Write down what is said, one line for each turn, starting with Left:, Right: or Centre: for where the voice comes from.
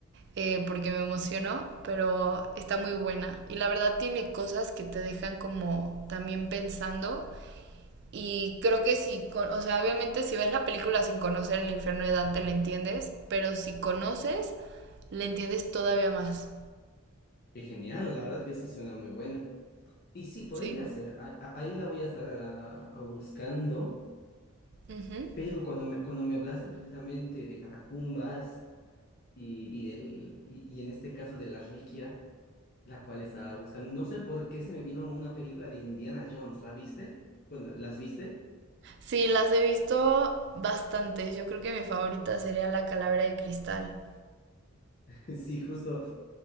Right: eh, porque me emociono, pero está muy buena. Y la verdad tiene cosas que te dejan como también pensando y creo que si, con- o sea, obviamente si ves la película sin conocer el infierno de Dante, le entiendes, pero si conoces, le entiendes todavía más.
Left: Qué genial, la verdad es que sí suena muy buena. Y sí, podría
Right: Sí.
Left: ser, a- a- ahí la voy a estar ah, buscando,
Right: Ujú.
Left: pero cuando me, cuando me hablaste precisamente de catacumbas y, y, del, y, y en este caso de la reliquia, la cual estaba buscando, no sé por qué se me vino una película de Indiana Jones, ¿la viste? Bueno, ¿las viste?
Right: Sí, las he visto bastantes. Yo creo que mi favorita sería La Calavera de Cristal.
Left: <laughs> Sí, justo,